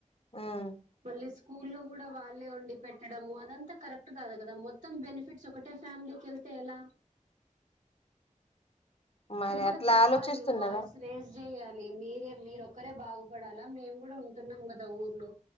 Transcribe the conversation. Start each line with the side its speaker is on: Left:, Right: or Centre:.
Left: ఉమ్
Right: మళ్ళీ స్కూల్లో కూడా వాళ్ళే వండి పెట్టడము అదంతా కరెక్ట్ కాదు కదా మొత్తం బెనిఫిట్స్ ఒకటే ఫ్యామిలీ కేళ్తే ఎలా
Left: మరి
Right: మీరు కూడా
Left: అట్లా
Right: చెప్పాలి
Left: ఆలోచిస్తున్నారా
Right: వాయిస్ రేజ్ చేయాలి మీరే మీరు ఒక్కరే బాగుపడాలా మేము కూడా ఉంటున్నాం కదా ఊర్లో